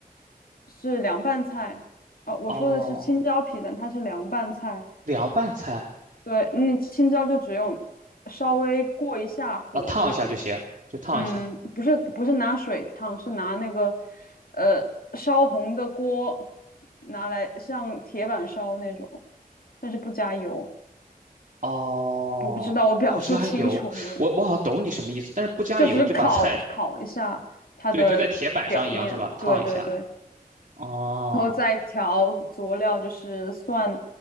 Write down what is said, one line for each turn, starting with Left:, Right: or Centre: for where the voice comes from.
Left: 是凉拌菜，哦，我说的是青椒皮蛋，
Right: 哦，
Left: 它是凉拌菜。
Right: 凉拌菜
Left: 对，那青椒就只用稍微过一下火就行。
Right: 啊，烫一下就行，就烫一下。
Left: 嗯，不是不是拿水烫，是拿那个呃烧红的锅拿来像铁板烧那种，但是不加油。
Right: 哦，
Left: 我不知道我表述清楚没有，
Right: 不加油，我我好像懂你什么意思，但是不加油就把菜，
Left: 就只是烤烤一下它的表面。
Right: 对，就在铁板上一样是吧？烫一下。
Left: 对对对。
Right: 哦
Left: 然后再调佐料，就是蒜、